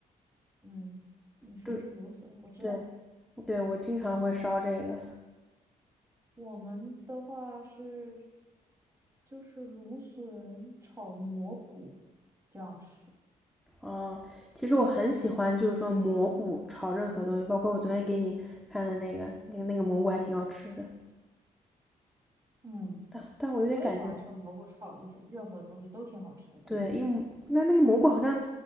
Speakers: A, on the right (about 20°); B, in the centre.
A: 嗯，你说是芦笋，
B: 对
A: 我知道。
B: 对对，我经常会烧这个。
A: 我们的话是就是芦笋炒蘑菇这样吃，
B: 哦，其实我很喜欢，就是说蘑菇炒任何东西，包括我昨天给你看的那个那个那个蘑菇还挺好吃的，
A: 嗯，
B: 但但我有点感觉，
A: 我也喜欢吃蘑菇炒一些任何东西都挺好吃的。
B: 对，因为那那个蘑菇好像，